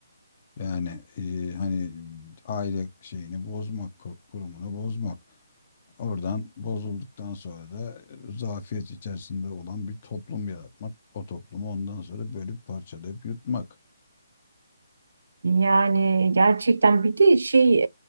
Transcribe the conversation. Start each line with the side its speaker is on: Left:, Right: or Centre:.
Left: Yani e, hani aile şeyini bozmak, kur- kurumunu bozmak. Oradan bozulduktan sonra da e, zafiyet içerisinde olan bir toplum yaratmak. O toplumu ondan sonra bölüp parçalayıp yutmak.
Right: Yani gerçekten bir de şey